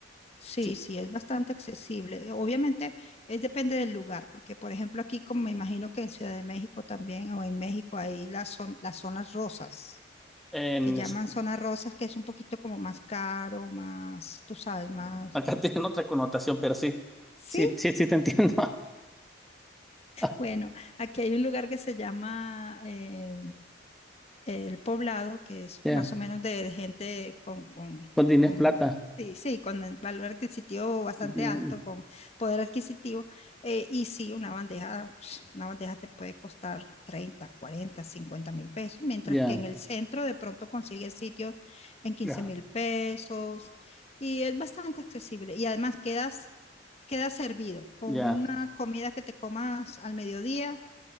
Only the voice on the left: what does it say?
Sí,
sí, es bastante accesible. Obviamente es depende del lugar, porque por ejemplo aquí, como me imagino que en Ciudad de México también o en México hay las, zon- las zonas rosas,
que llaman
zonas rosas, que es un poquito como más caro, más, tú sabes, más...
Sí,
Bueno, aquí hay un lugar que se llama eh, El Poblado, que es
más o menos de gente con, con,
con
sí, sí, con el valor adquisitivo bastante
alto, con poder adquisitivo. eh, y sí, una bandeja, <sniffs> una bandeja te puede costar treinta, cuarenta, cincuenta mil pesos, mientras
que en el centro de pronto consigues sitios en quince
mil pesos. Y es bastante accesible. Y además quedas quedas servido con
una comida que te comas al mediodía